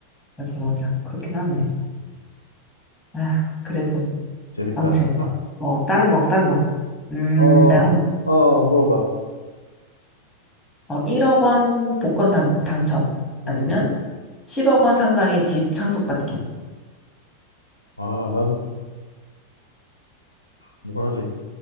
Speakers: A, in the centre; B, on the left.
A: 맞아, 맞아.
B: 음,
A: 그렇긴 하네.
B: 음, 음.
A: 아, 그래도.
B: 재밌다.
A: 아무튼. 어, 다른 거, 다른 거. 음,
B: 어,
A: 내가 한번.
B: 어, 물어봐.
A: 어, 1억 원 복권 당, 당첨. 아니면
B: 음.
A: 10억 원 상당의 집 상속받기.
B: 아, 나는 뭘 하지?